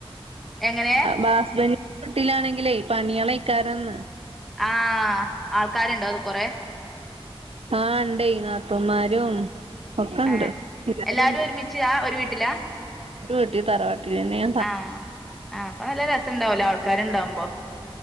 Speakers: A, in the centre; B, on the right.
A: എങ്ങനെ
B: ബാസ്ബെ വീട്ടിലാണെങ്കിലേ പണികള ക്കാരന്ന്
A: ആ ആൾക്കാരുണ്ടോ അവടെ കൊറെ
B: ആഹ ഉണ്ട നാത്തൂന്മാരും ഒക്കെണ്ട്
A: ഏ എല്ലാരും
B: ഉണ്ട്
A: ഒരുമിച്ചതാ ഒരു വീട്ടിലാ
B: ഒരു വീട്ടിൽ തറവാട്ടില് പിന്നെയ
A: ആഹ് ആഹ് അപ്പൊ നല്ല രസംണ്ടാവലോ ആൾക്കാണ്ടാവുമ്പോ?